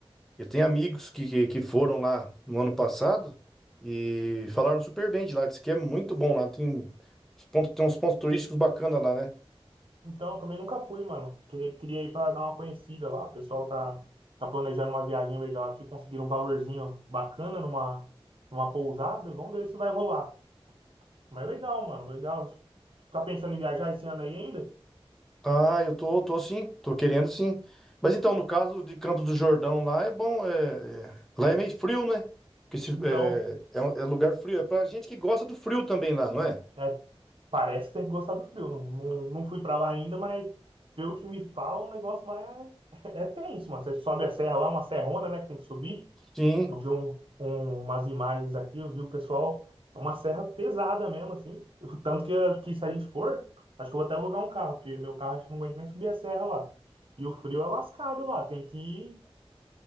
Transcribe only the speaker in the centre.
eu tenho amigos que, que, que foram lá no ano passado e falaram super bem de lá, disse que é muito bom lá, tem, os pontos- tem uns pontos turísticos bacanas lá, né?
Ah, eu tô, tô sim, tô querendo sim. Mas então, no caso de Campos do Jordão, lá é bom, é, é- lá é meio frio, né? Porque se-
é, é, um- é lugar frio, é pra gente que gosta do frio também lá, não é?
Sim,